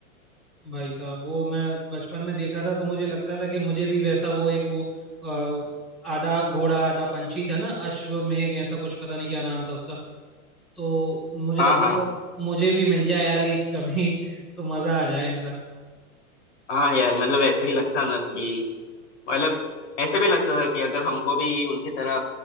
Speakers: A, in the centre; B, on the left.
A: भाई साहब वो मैं बचपन में देखा था तो मुझे लगता था कि मुझे भी वैसा वो एक वो अ, आधा घोड़ा आधा पंछी था ना अश्वमेघ ऐसा कुछ पता नहीं क्या नाम था उसका तो मुझे
B: हाँ
A: लगता
B: हाँ
A: था मुझे भी मिल जाए यार एक कभी <laughs> तो मजा आ जाए ऐसा
B: हाँ यार मतलब ऐसे ही लगता ना कि मतलब ऐसे भी लगता था कि अगर हमको भी उनकी तरह